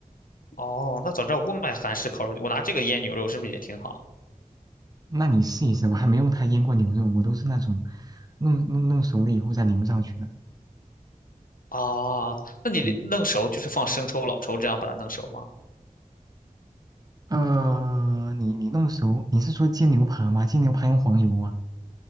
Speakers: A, on the left (about 80°); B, on the right (about 25°).
A: 哦，那早知道我不买韩式烤肉，我拿这个腌牛肉是不是也挺好？
B: 那你试一试，我还没用它腌过牛肉，我都是那种弄弄弄熟了以后再淋上去的。
A: 啊，那你弄熟就是放生抽、
B: 嗯。
A: 老抽这样把它弄熟吗？
B: 呃，你你弄熟，你是说煎牛排吗？煎牛排用黄油啊。